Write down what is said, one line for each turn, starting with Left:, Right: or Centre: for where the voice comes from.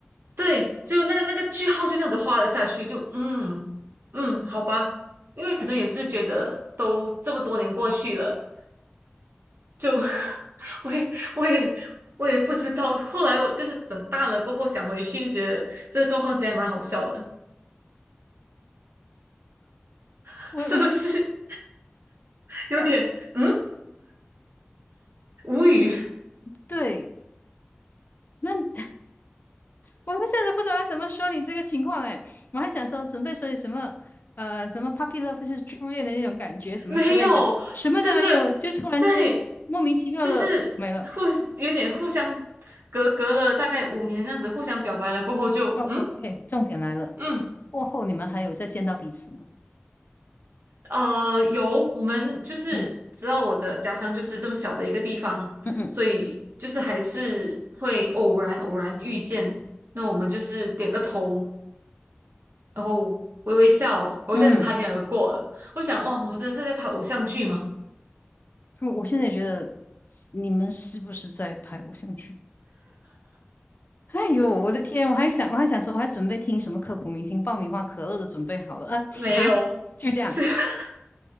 Right: 对，就那个那个句号就这样子画了下去，就嗯嗯，好吧，因为可能也是觉得都这么多年过去了，就 <laughs> 我也我也我也不知道。后来我就是整大了过后想回去，就觉得这个状况其实还蛮好笑的，<laughs>
Left: 我我
Right: 是不是有点嗯
Left: 哦，
Right: 无语？
Left: 对，那 <laughs> 我不晓得不懂要怎么说你这个情况哎，我还想说准备说有什么呃什么 puppy love 就是初恋的那种感觉什么之类的，
Right: 没有，
Left: 什么都没有，
Right: 真的对，
Left: 就突然间莫名其妙的没了。
Right: 就是互有点互相隔隔了大概五年这样子互相表白了过后就嗯
Left: 哦，OK，重点来了，
Right: 嗯。
Left: 过后你们还有再见到彼此吗？
Right: 呃，有，我们就是知道我的家乡就是这么小的一个地方，
Left: 嗯嗯嗯
Right: 所以就是还是会偶然偶然遇见，那我们就是点个头，然后微微笑，然后这样子擦肩而过了。
Left: 嗯，
Right: 我想，哇，我们真的是在拍偶像剧吗？
Left: 我我现在也觉得你们是不是在拍偶像剧？哎呦，我的天！我还想，我还想说，我还准备听什么刻骨铭心爆米花可乐都准备好了啊！切哈，
Right: 没有，
Left: 就这样。
Right: 是 <laughs>